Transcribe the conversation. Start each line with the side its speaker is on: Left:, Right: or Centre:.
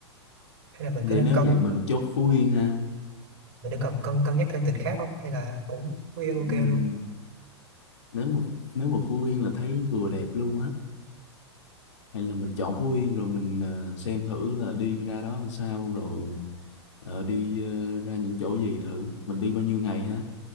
Right: Hay là mình
Left: vậy
Right: có nên
Left: nếu
Right: cân,
Left: vậy mình chốt Phú Yên ha
Right: mình nên cần cân cân nhắc thêm tỉnh khác không? Hay là cũng Phú Yên ok
Left: Ừm,
Right: luôn?
Left: nếu mà nếu mà Phú Yên là thấy vừa đẹp luôn á hay là mình chọn Phú Yên rồi mình ờ, xem thử là đi ra đó làm sao rồi ờ, đi ờ, ra những chỗ gì thử mình đi bao nhiêu ngày ha